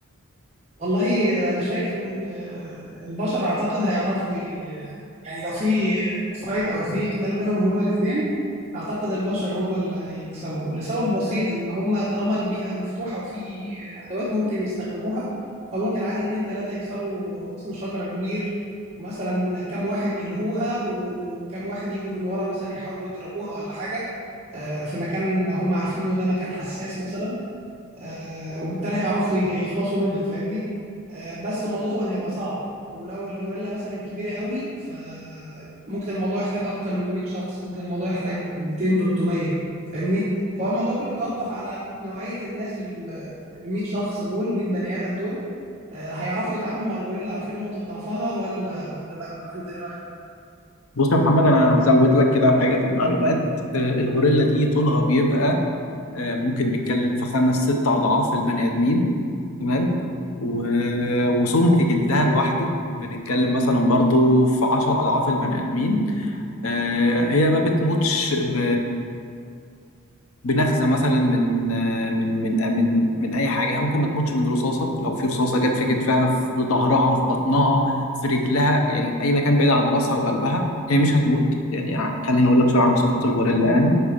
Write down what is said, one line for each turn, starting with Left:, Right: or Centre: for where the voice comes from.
Right: والله أنا شايف إن آه، البشر أعتقد هيعرفوا ي- يعني لو في فايت أو في قتال بينهم هما الاتنين أعتقد البشر هما اللي هيكسبوا لسبب بسيط إن هما طالما البيئة مفتوحة وفي أدوات ممكن يستخدموها فممكن عادي اتنين تلاتة يكسروا غصن شجرة كبير ومثلا كام واحد يلهوها وكام واحد يجوا من ورا مثلا يحاولوا يضربوها ولا حاجة آه، في مكان هم عارفين إنه ده مكان حساس مثلا آه، وبالتالي هيعرفوا ي- يخلصوا منها فاهمني آه، بس الموضوع طبعا هيبقى صعب ولو الغوريلا مثلا كبيره قوي فممكن الموضوع يحتاج اكتر من 100 شخص ممكن الموضوع يحتاج 200 300 فاهمني فهو الموضوع كله بيتوقف على نوعيه الناس ال ال 100 شخص دول 100 بني ادم دول آه، هيعرفوا يتعاملوا مع الغوريلا عارفين نقطه ضعفها ولا ولا لا ولا انت ايه رايك
Left: بص يا محمد انا هزود لك كده حاجة في المعلومات آه، الغوريلا دي طولها بيبقى آه، ممكن نتكلم في خمس ست أضعاف البني آدمين تمام و- وسمك جلدها لوحده بنتكلم مثلا برضو في عشر أضعاف البني آدمين آه، هي ما بتموتش ب... بنغزه مثلا من من من من من اي حاجه هي ممكن ما تموتش من رصاصه لو في رصاصه جت في كتفها في ظهرها في بطنها في رجلها يعني اي مكان بعيد عن راسها وقلبها هي مش هتموت يعني خليني اقول لك شويه عن صفات الغوريلا يعني